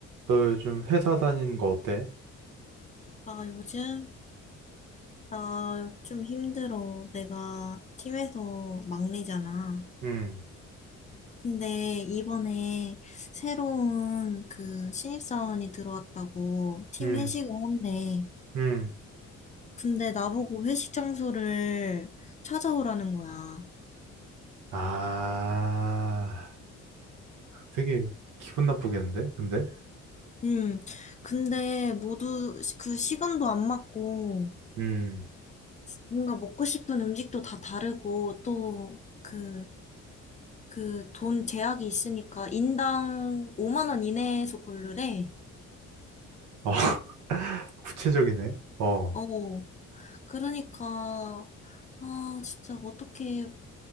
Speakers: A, on the right (about 85°); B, on the left (about 25°).
A: 너 요즘 회사 다니는 거 어때?
B: 아, 요즘? 나 좀 힘들어. 내가 팀에서 막내잖아.
A: 응,
B: 근데 이번에 새로운 그 신입사원이 들어왔다고 팀
A: 응,
B: 회식을 한대.
A: 응.
B: 근데 나보고 회식 장소를 찾아오라는 거야.
A: 아, 되게 기분 나쁘겠는데? 근데?
B: 음, 근데 모두 시- 그 시간도 안 맞고
A: 음,
B: 뭔가 먹고 싶은 음식도 다 다르고 또그 그 돈 제약이 있으니까 인당 5만 원 이내에서 고르래.
A: 어, <laughs> 구체적이네. 어,
B: 어, 그러니까 아, 진짜 어떻게